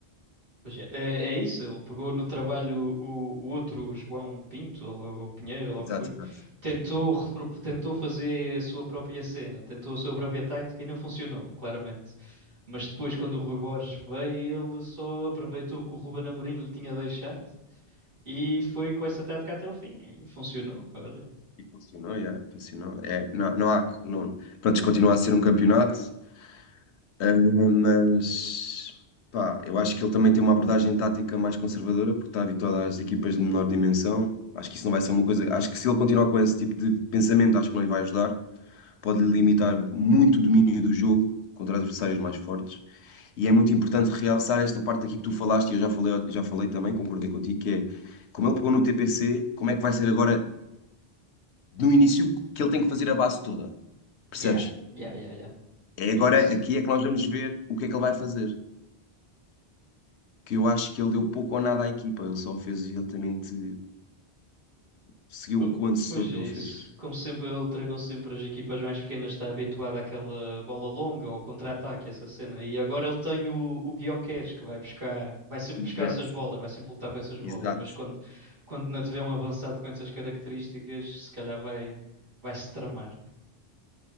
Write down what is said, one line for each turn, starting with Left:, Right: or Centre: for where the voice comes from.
Right: Pois é, é, é isso, ele pegou no trabalho o, o outro João Pinto, ou lá o Pinheiro, ou lá
Left: Exato,
Right: o que foi,
Left: exato.
Right: tentou, refro- tentou fazer a sua própria cena, tentou a sua própria tática e não funcionou, claramente. Mas depois, quando o Rui Borges veio, ele só aproveitou que o Ruben Amorim lhe tinha deixado e foi com essa tática até o fim. E Funcionou, olha.
Left: E funcionou, já, funcionou. É, não, não há. Não, pronto, isto continua a ser um campeonato, ah, mas. Pá, eu acho que ele também tem uma abordagem tática mais conservadora, porque está habituado às equipas de menor dimensão. Acho que isso não vai ser uma coisa. Acho que se ele continuar com esse tipo de pensamento, acho que não lhe vai ajudar. Pode lhe limitar muito o domínio do jogo contra adversários mais fortes. E é muito importante realçar esta parte aqui que tu falaste, e eu já falei, já falei também, concordei contigo, que é como ele pegou no TPC, como é que vai ser agora no início que ele tem que fazer a base toda?
Right: Yeah,
Left: Percebes?
Right: yeah, yeah, yeah.
Left: É
Right: É
Left: agora
Right: isso.
Left: aqui é que nós vamos ver o que é que ele vai fazer. Que eu acho que ele deu pouco ou nada à equipa, ele só fez exatamente, seguiu
Right: Po-
Left: o que o antecessor
Right: Pois é
Left: dele
Right: isso.
Left: fez.
Right: Como sempre, ele treinou sempre as equipas mais pequenas, está habituado àquela bola longa ou contra-ataque, essa cena. E agora ele tem o, o Gyökeres que vai buscar, vai sempre
Left: Exato,
Right: buscar essas bolas, vai sempre lutar para essas bolas.
Left: exato.
Right: Mas quando, quando não tiver um avançado com essas características, se calhar vai, vai se tramar.